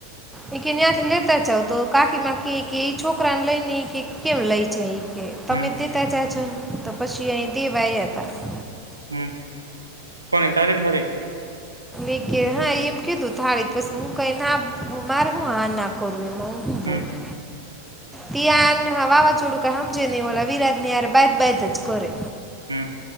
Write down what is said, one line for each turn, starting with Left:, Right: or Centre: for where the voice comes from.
Centre: ઈ કે ન્યાંથી લેતા જાવ તો કાકીમાં કેય કે ઈ છોકરાને લઈ ને ઈ કે કેમ લઈ જાય ઈ. કે તમે
Right: હમ
Centre: દેતા જ જાજોન. તો પછી અહીં દેવા આયા તા.
Right: હમ્મ, કોને તારે ઘરે?
Centre: ઈ કે હા ઈએ એમ કીધું થાળી પસી હું કાંઈ ના, મારે હું હા ના કઉં. એમાં હું હું
Right: હમ
Centre: બોલું. ત્યાંન આ વાવાજોડું કાંઈ હમજે નહીં ઓલા વિરાજ ની હારે બાયજ-બાયજ જ કરે.
Right: હમ્મ.